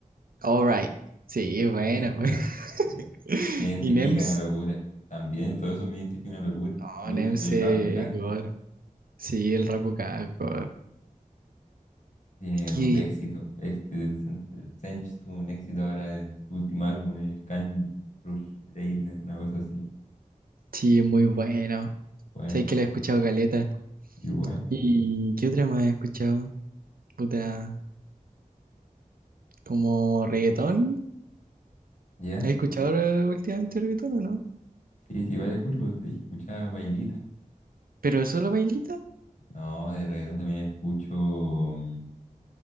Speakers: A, on the right (about 85°); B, on the left (about 60°).
A: Alright. Sí, bueno
B: Eh,
A: pues.
B: es- sí.
A: <laughs> ¿Y
B: Me identifica
A: Sí, NEMS?
B: una locura. También todo eso me identifica una locura.
A: No,
B: El,
A: NEMS
B: el
A: sí,
B: rap UK.
A: es me God. gusta. Sí, el rap acá es God.
B: Tiene
A: Que-
B: éxito. Este del Cent- el Sench tuvo un éxito ahora el último álbum, el Can Rush Greatness, una cosa así.
A: sí, es muy bueno.
B: Bueno,
A: Sabes que lo he escuchado caleta.
B: igual.
A: ¿Y qué otra más he escuchado? Puta, como reggaetón.
B: ¿Ya?
A: ¿Has escuchado Mm. ahora últimamente reggaetón o no?
B: Sí, sí, vale, escucho, pues, te dije, escuchaba Bailita.
A: ¿Pero solo bailita?
B: No, de reggaetón también escucho mm,